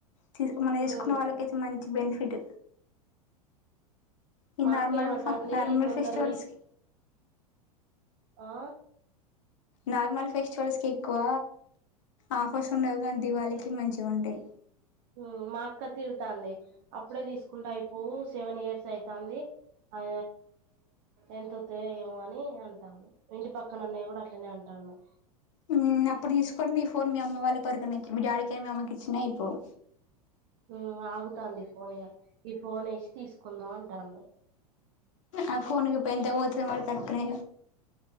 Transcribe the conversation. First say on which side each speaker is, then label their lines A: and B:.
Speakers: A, on the left; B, on the right.
A: తీ మొన్న
B: ఉమ్
A: తీసుకున్న వాళ్ళకైతే మంచి బెనిఫిట్ ఈ
B: మాక్కేమంటాంది
A: నార్మల్ ఫ నార్మల్
B: తొందర
A: ఫెస్టివల్స్
B: తీస్
A: కి
B: ఆ
A: నార్మల్ ఫెస్టివల్స్కి ఎక్కువ ఆఫర్స్ ఉండవు కానీ దివాళికి మంచి ఉంటయ్
B: ఊ మా అక్క తిడుతాంది అప్పుడే తీసుకుంటె అయిపోవు సెవెన్ ఇయర్స్ అయితాంది ఆ ఎంతొత్తయో ఏమో అని అంటాంది ఇంటి పక్కన అన్నయ్య కూడా అట్లనే అంటండు
A: ఊ అప్పుడు తీసుకోని నీ ఫోన్ మీ అమ్మ వాళ్ళివ్వరుగా మీకి మీ డాడికైనా మీ అమ్మకి ఇచ్చిన అయిపోవు
B: ఉమ్ ఆగుతాంది ఫోన్ ఇగ ఈ ఫోన్ ఏసి తీసుకుందాం అంటాండు
A: ఆ ఫోన్ ఇప్పుడు ఎంతకు పోతది మరి త్రీ